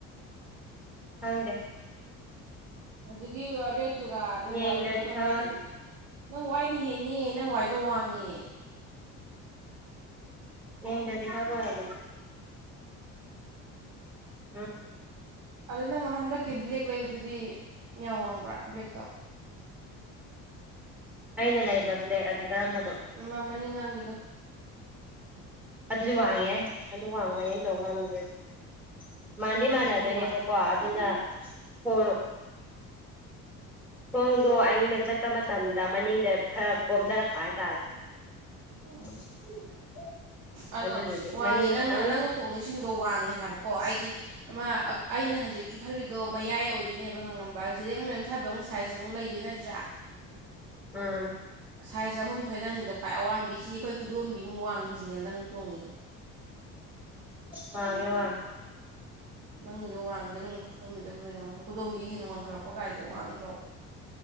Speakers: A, in the centre; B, on the right.
A: ꯈꯪꯗꯦ
B: ꯍꯧꯖꯤꯛꯀꯤ ꯔꯦꯠ ꯋꯥꯠꯇꯨꯒ ꯅꯪ
A: ꯌꯦꯡꯗ꯭ꯔꯗꯤ
B: ꯋꯥꯏꯠꯇꯨꯒ ꯅꯪ
A: ꯈꯪꯉꯣꯏ
B: ꯋꯥꯏꯠꯇꯨ ꯅꯪ ꯋꯥꯏꯅ ꯍꯦꯟꯅꯤꯑꯌꯦ ꯅꯪ ꯋꯥꯏꯗꯣ ꯋꯥꯡꯉꯦ
A: ꯌꯦꯡꯗ꯭ꯔꯗꯤ ꯈꯔ ꯐꯔꯕꯅꯦ ꯎꯥꯝ
B: ꯑꯗ ꯅꯪ ꯑꯃ ꯍꯟꯗꯛꯀꯤ ꯕ꯭ꯂꯦꯛ ꯂꯩꯕꯗꯨꯗꯤ ꯌꯥꯝ ꯋꯥꯡꯕ꯭ꯔꯥ ꯕ꯭ꯂꯦꯛꯇꯣ
A: ꯑꯩꯅ ꯂꯩꯕ ꯕ꯭ꯂꯦꯛ ꯑꯗꯤ ꯀꯔꯝꯕꯅꯣ
B: ꯃ ꯃꯅꯤꯡ ꯉꯥꯡꯕꯤꯗꯣ
A: ꯑꯗꯨꯗꯤ ꯋꯥꯡꯉꯤꯍꯦ ꯑꯗꯨ ꯋꯥꯡꯕꯩꯅꯤ ꯑꯩ ꯇꯣꯡ ꯉꯝꯗ꯭ꯔꯗꯣ ꯃꯥꯟꯗꯤ
B: ꯎꯝ
A: ꯃꯥꯟꯅꯗꯣꯏꯅꯦꯕꯀꯣ
B: ꯑꯗꯨꯁꯨ ꯋꯥꯡ
A: ꯑꯗꯨꯅ ꯍꯣ ꯈꯣꯡꯗꯣ ꯑꯩꯅ ꯆꯠꯄ ꯃꯇꯝꯗ ꯃꯅꯤꯡꯗ ꯈꯔ ꯀꯣꯝꯊꯔꯛꯄ ꯍꯥꯏꯇꯥꯔꯦ <unintelligible>
B: ꯎꯝ ꯑꯗꯣ
A: ꯑꯗꯨꯗꯨꯒꯤ
B: ꯋꯥꯡꯉꯤ
A: ꯃꯅꯤꯡꯗ
B: ꯅꯪꯅ
A: ꯈꯤꯇꯪ
B: ꯅꯪꯅ ꯇꯣꯡꯉꯤꯁꯤꯡꯗꯣ ꯋꯥꯡꯉꯦ ꯍꯥꯏꯕꯀꯣ ꯍꯥꯏꯗꯤ ꯑꯃ ꯑꯩꯅ ꯍꯧꯖꯤꯛ ꯀꯤ ꯈꯜꯂꯤꯗꯣ ꯃꯌꯥꯏ ꯑꯣꯏꯗꯣꯏꯅꯦꯕ ꯍꯪꯉꯕ꯭ꯔꯥ ꯁꯤꯗꯩ ꯑꯃꯛ ꯅꯦꯝꯊꯕ ꯑꯃꯨꯛ ꯁꯥꯏꯁ ꯑꯃꯨꯛ ꯂꯩ ꯅꯠꯇ꯭ꯔꯥ
A: ꯎꯝ
B: ꯁꯥꯏꯁ ꯑꯍꯨꯝꯊꯣꯏ ꯅꯪꯅꯤꯗꯣ ꯈ꯭ꯋꯥꯏ ꯑꯋꯥꯡꯕꯤ ꯁꯤꯒꯤ ꯑꯩꯈꯣꯏ ꯈꯨꯗꯣꯝꯕꯤꯃꯨꯛ ꯋꯥꯡꯕꯤꯁꯤꯅꯦꯕ ꯅꯪ ꯇꯣꯡꯉꯤꯗꯣ
A: ꯋꯥꯉꯦ ꯋꯥꯉꯦ
B: ꯅꯪꯒꯤꯗꯣ ꯋꯥꯡꯉꯗ ꯅꯪꯅ ꯈꯨꯗꯣꯝꯕꯤꯗꯣ ꯈꯨꯗꯣꯝꯕꯤ ꯍꯦꯟꯅ ꯋꯥꯡꯈꯠꯂꯛꯄ ꯀꯥꯏꯁꯦ ꯋꯥꯡꯗ꯭ꯔꯣ